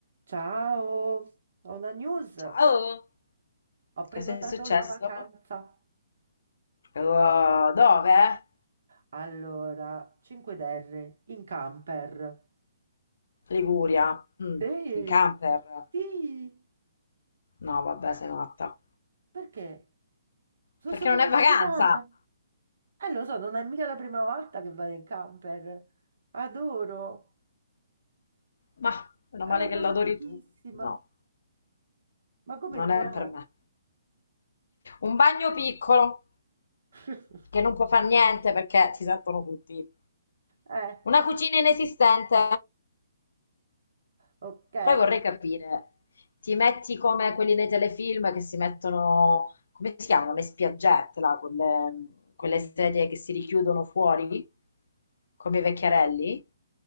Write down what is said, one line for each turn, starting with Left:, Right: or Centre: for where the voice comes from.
Right: Ciao, ho una news.
Left: Ciao,
Right: Ho prenotato
Left: cosa è successo?
Right: la vacanza.
Left: Uh, dove?
Right: Allora, 5DR in camper.
Left: Liguria, Mm,
Right: Sì,
Left: in camper.
Right: sì,
Left: No, vabbè, sei matta.
Right: perché? Sono
Left: Perché
Right: super
Left: non è
Right: eccitata.
Left: vacanza?
Right: Eh, lo so, non è mica la prima volta che vado in camper. Adoro,
Left: Ma, meno
Right: è
Left: male
Right: una cosa
Left: che l'adori
Right: fichissima.
Left: tu. No,
Right: Ma come
Left: non
Right: no?
Left: è per me. Un bagno piccolo,
Right: <laughs>
Left: che non può far niente perché si sentono tutti.
Right: Eh,
Left: Una cucina inesistente.
Right: ok.
Left: Poi vorrei capire, ti metti come quelli nei telefilm che si mettono, come si chiamano, le spiaggette, là, quelle, quelle sedie che si richiudono fuori, come i vecchiarelli,